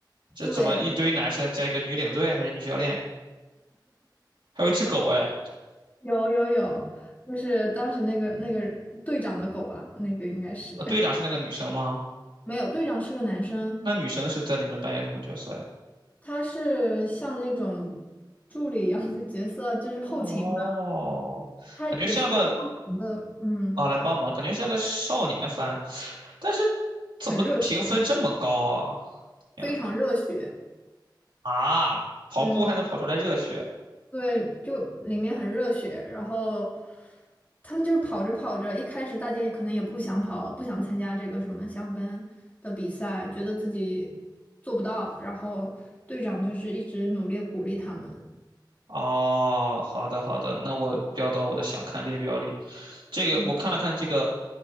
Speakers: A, on the right; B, on the left.
A: 这怎么一堆男生加一个女领队还是女教练，
B: 对，
A: 还有一只狗哎？
B: 有有有，就是当时那个那个队长的狗啊，那个应该是
A: 啊，队长是那个女生吗？
B: <laughs> 没有，队长是个男生，
A: 那女生是在里面扮演什么角色呀？
B: 他是像那种助理一样的角色，就是后勤嘛，
A: 哦，
B: 他只是来帮忙的，
A: 感觉像个
B: 嗯，
A: 啊，来帮忙，感觉像个少年番，但是怎么评分这么高啊？
B: 很热血，
A: 天呐，
B: 非常热血，
A: 啊，跑步还能跑出来热血？
B: 嗯，对，就里面很热血，然后他们就是跑着跑着，一开始大家也可能也不想跑，不想参加这个什么箱跟的比赛，觉得自己做不到，然后队长就是一直努力鼓励他们。
A: 哦，好的好的，那我标到我的想看列表里。这个我看了看这个
B: 嗯